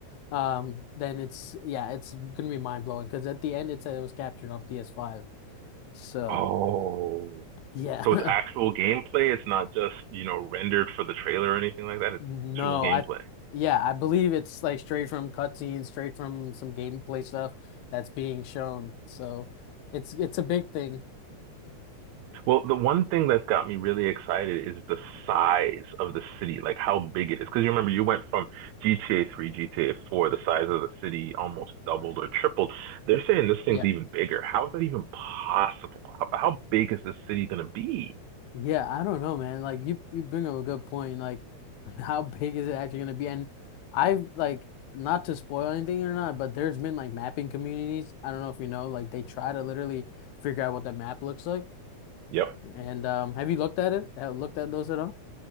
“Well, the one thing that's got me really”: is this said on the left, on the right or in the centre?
Right